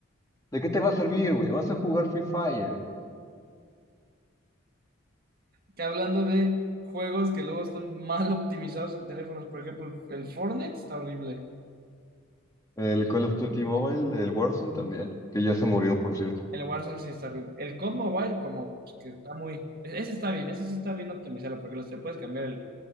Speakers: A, on the left; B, on the right.
A: ¿De qué te va a servir, güey? ¿Vas a jugar Free Fire?
B: Que hablando de juegos que luego están mal optimizados en teléfonos, por ejemplo, el Fortnite está horrible,
A: El Call of Duty Mobile, el Warzone también, que ya se murió, por cierto.
B: el Warzone sí está horrible, el COD Mobile como pues, que está muy... e-, Ese está bien, ese sí está bien optimizado porque los te puedes cambiar el-